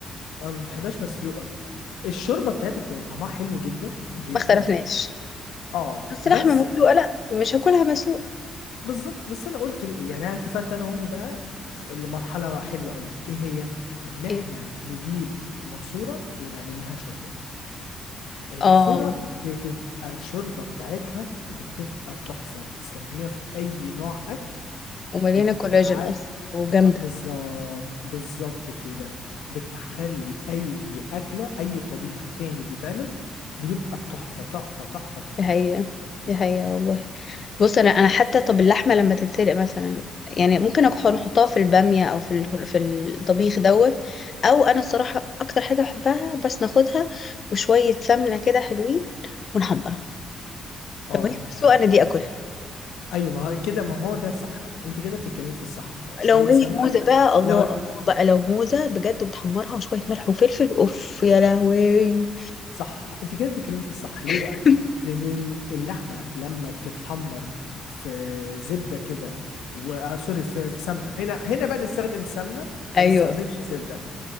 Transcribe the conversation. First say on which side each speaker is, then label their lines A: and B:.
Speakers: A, on the left (about 80°); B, on the left (about 45°).
A: أنا ما بحبهاش مسلوقه الشوربه بتاعتها بتبقى طعمها حلو جدا جدا
B: ما اختلفناش
A: اه
B: بس
A: بس
B: لحمه مسلوقه لا مش هاكلها مسلوقه
A: بالظبط بس انا قلت ل- يعني انا اتفقت انا وامي بقى في لمرحله حلوه قوي ايه هي ان احنا
B: ايه
A: نجيب ماسوره ونعمل لها شوربه الماسورة
B: اه
A: بتبقى الشوربة بتاعتها بتبقى تحفة بتستخدميها في أي نوع أكل
B: ومليانه
A: بتعال
B: كولاجين اصلا وجامده
A: بالظبط بالظبط كده بتخلي أي أكلة أي طبيخ تاني بيتعمل بيبقى تحفة تحفة تحفة تحفة
B: دي حقيقه دي حقيقه والله بص انا انا حتى طب اللحمه لما تتسلق مثلا يعني ممكن أكح- نحطها في الباميه او في ال- في الطبيخ دوت او انا الصراحه اكتر حاجه بحبها بس ناخدها وشويه سمنه كده حلوين ونحمرها
A: اه
B: لو هي مسلوقه انا دي
A: اه
B: اكلها
A: ايوه ما هو كده ما هو ده صح بقى انت كده بتتكلمي في الصح شويه
B: لو هي
A: سمنه
B: موزه بقى الله
A: لو
B: الله بقى لو موزه بجد وتحمرها وشويه ملح وفلفل اوف يا لهوي
A: صح انت كده بتتكلمي في الصح ليه
B: <laughs>
A: بقى لان ال- اللحمه لما بتتحمر في زبده كده و... آه سوري في... في سمنه هنا هنا بقى نستخدم سمنه ما
B: ايوه
A: نستخدمش زبده